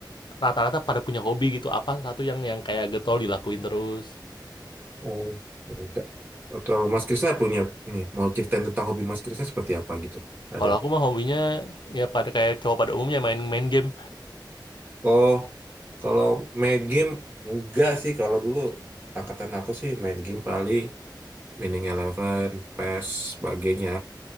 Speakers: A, on the left; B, on the right.
A: rata-rata pada punya hobi gitu apa satu yang yang kayak getol dilakuin terus.
B: Oh. enggak. Atau Mas Krisna punya ini mau ceritain tentang hobi Mas Krisna seperti apa gitu? Ada.
A: Kalau aku mah hobinya ya pada kayak cowok pada umumnya main main game.
B: Oh, kalau main game enggak sih kalau dulu angkatan aku sih main game paling Winning Eleven, PES, sebagainya.